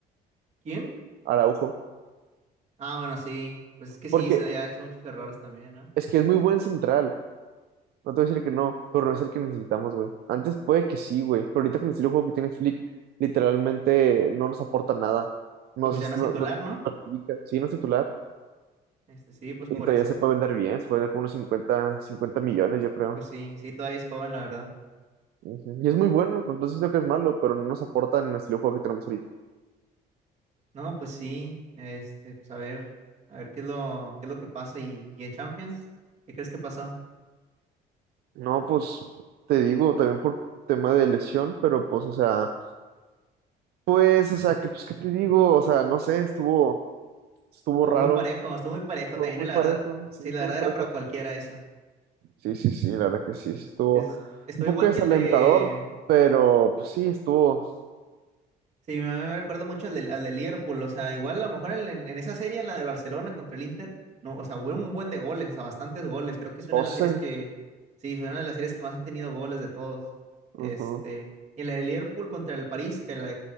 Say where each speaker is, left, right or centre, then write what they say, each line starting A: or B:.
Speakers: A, on the right; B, on the right.
A: ¿Quién?
B: Araujo,
A: Ah, bueno, sí, pues es que
B: porque
A: sí, se- había hecho muchos errores también, ¿no?
B: es que es muy buen central. No te voy a decir que no, pero no es el que necesitamos, güey. Antes puede que sí, güey, pero ahorita con el estilo de juego que tiene Flick, literalmente no nos aporta nada. Nos,
A: Y pues ya no
B: no-
A: es titular,
B: nos
A: ¿no?
B: perjudica. Sí, no es titular.
A: Este, sí, pues
B: Y
A: por
B: todavía
A: eso.
B: se puede vender bien, se puede vender como unos cincuenta cincuenta millones, yo creo.
A: Pues sí, sí, todavía es joven, la verdad.
B: Ujú. Y es muy bueno, no siento que es malo, pero no nos aporta en el estilo de juego que tenemos ahorita.
A: No, pues sí, este, pues a ver, a ver qué es lo, qué es lo que pasa y, y en Champions, ¿qué crees que pasó?
B: No, pues te digo, también por tema de lesión, pero pues, o sea, pues, o sea, que, pues, ¿qué te digo? O sea, no sé, estuvo, estuvo
A: Estuvo
B: raro,
A: muy parejo, estuvo muy parejo
B: estuvo
A: también,
B: muy
A: eh, la
B: parejo,
A: verdad,
B: sí,
A: sí,
B: estuvo
A: la verdad
B: muy parejo.
A: era para cualquiera eso.
B: Sí, sí, sí, la verdad que sí, sí, estuvo
A: Es, estuvo
B: un poco
A: igual
B: desalentador,
A: que el de...
B: pero pues sí, estuvo
A: Sí, me recuerdo mucho al de, al de Liverpool, o sea, igual a lo mejor en, en- en esa serie, en la de Barcelona contra el Inter, no, o sea, hubo un buen de goles, o sea, bastantes goles, creo que es una
B: doce
A: de las series que, sí, fue una de las series que más ha tenido goles de todos,
B: Ajá,
A: este, y en la de Liverpool contra el París, que, la-